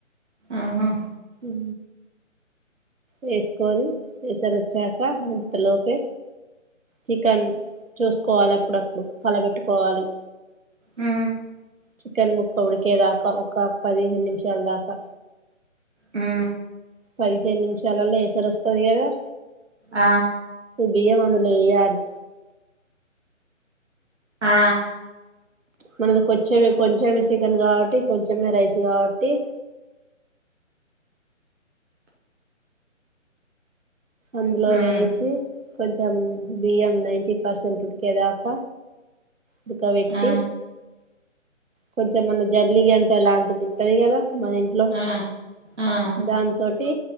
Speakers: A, on the right (about 60°); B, on the right (about 80°).
A: ఆహా
B: ఉ వేసుకొని, ఎసరోచ్చాక ఇంతలోపే చికెన్ చూసుకోవాలి అప్పుడప్పుడు కల బెట్టుకోవాలి.
A: ఆ
B: చికెన్ ముక్క ఉడికేదాకా ఒక పదిహేను నిమిషాల్ దాకా
A: మ్
B: పదిహేను నిమిషం చాలల్లో ఎసరోస్తది గదా
A: ఆ
B: బియ్యం అందులో ఎయాలి
A: ఆ
B: మనది కొచ్చమే కొంచమే చికెన్ గాబట్టి కొంచెమే రైస్ గాబట్టి అందులో
A: హ్మ్
B: వేషి కొంచం బియ్యం నైన్టి పర్సెంట్ ఉడికేదాక ఉడ్కవెట్టి
A: ఆ
B: కొంచెం మన జల్లిగంటే అలాంటిదుంటది గదా మన ఇంట్లొ
A: ఆ ఆ
B: దాన్ తోటి